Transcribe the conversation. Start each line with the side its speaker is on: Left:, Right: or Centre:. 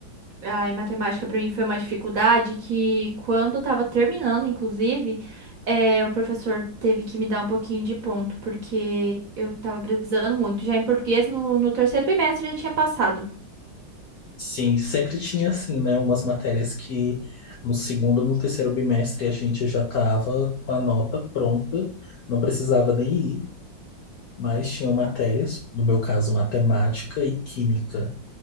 Right: Ai, matemática para mim foi uma dificuldade que, quando eu tava terminando, inclusive, é, o professor teve que me dar um pouquinho de ponto, porque eu tava precisando muito. Já em português, no, no terceiro bimestre, eu já tinha passado.
Left: Sim, sempre tinha assim, né? Umas matérias que no segundo, no terceiro bimestre a gente já estava com a nota pronta, não precisava nem ir. mas tinham matérias, no meu caso, matemática e química,